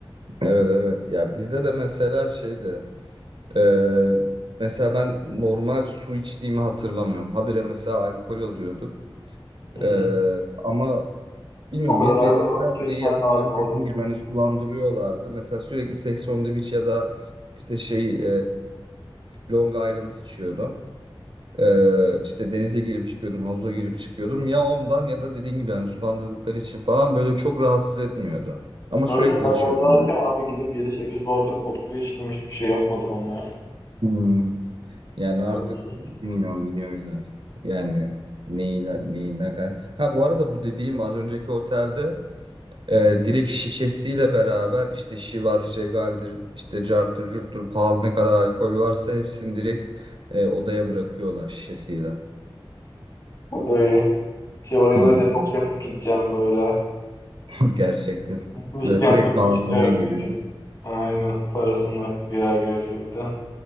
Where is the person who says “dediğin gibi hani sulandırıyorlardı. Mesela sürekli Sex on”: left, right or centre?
Right